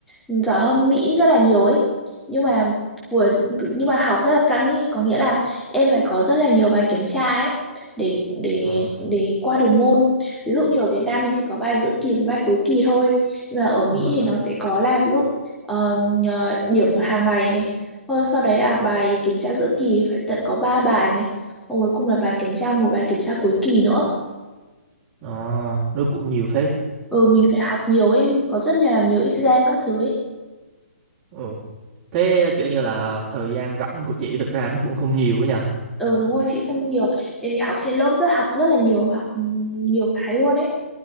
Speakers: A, in the centre; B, on the right.
A: giỏi hơn Mỹ rất là nhiều ấy nhưng mà của nhưng mà học rất là căng ấy có nghĩa là em phải có rất là nhiều bài kiểm tra ấy để để
B: Ờ,
A: để qua được môn ví dụ như ở Việt Nam mình chỉ có bài giữa kỳ với bài cuối kỳ thôi nhưng mà ở Mỹ
B: đúng rồi, đúng
A: thì
B: rồi.
A: nó sẽ có là ví dụ ờ, ờ, điểm hàng ngày này Thôi sau đấy là bài kiểm tra giữa kỳ phải tận có 3 bài này Xong cuối cùng là bài kiểm tra một bài kiểm tra cuối kỳ nữa
B: Ờ, nó cũng nhiều phết.
A: ừ mình phải học nhiều ấy có rất là nhiều exam các thứ ấy
B: Ừ. Thế kiểu như là thời gian rảnh của chị thực ra nó cũng không nhiều ấy nhờ.
A: Ừ đúng rồi chị không nhiều tại vì học trên lớp rất học rất là nhiều học ừm, nhiều cái luôn ấy